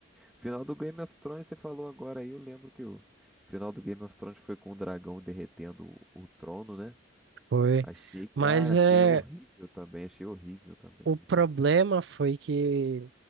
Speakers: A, in the centre; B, on the right.
A: Final do Game of Thrones, você falou agora aí, eu lembro que o final do Game of Thrones foi com o dragão derretendo o, o trono, né?
B: foi.
A: Achei, cara,
B: Mas é,
A: achei horrível também, achei horrível também,
B: o
A: muito
B: problema
A: ruim.
B: foi que